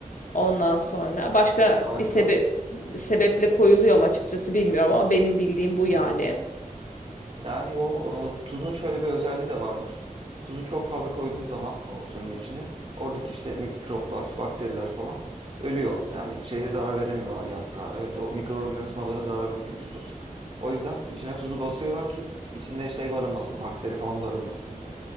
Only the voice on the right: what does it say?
Harika.
Yani o, o tuzun şöyle bir özelliği de varmış. Tuzu çok fazla koyduğun zaman o suyun içine oradaki işte mikroplar, bakteriler falan ölüyor. Yani şeye zarar veremiyorlar yaprağa. Evet o mikroorganizmaları zararlıymış tuz. O yüzden içine tuzu basıyorlar ki içinde şey barınmasın, bakteri falan barınmasın diye.